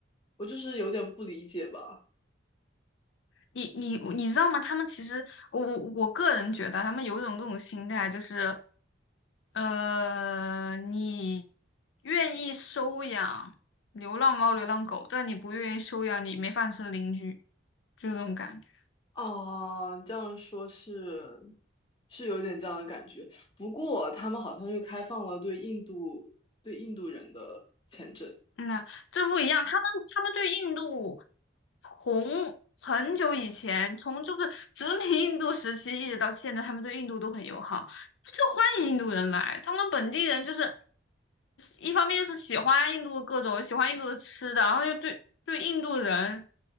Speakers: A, on the left; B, on the left.
A: 我就是有点不理解吧。
B: 你你你知道吗？他们其实我我我个人觉得，他们有一种这种心态，就是呃，你愿意收养流浪猫、流浪狗，但你不愿意收养你没饭吃的邻居，就这种感觉。
A: 哦，你这样说是是有点这样的感觉。不过他们好像又开放了对印度对印度人的签证。
B: 嗯呐，这不一样。他们他们对印度从很久以前，从就是殖民印度时期一直到现在，他们对印度都很友好，就欢迎印度人来。他们本地人就是一方面是喜欢印度的各种，喜欢印度的吃的，然后又对对印度人，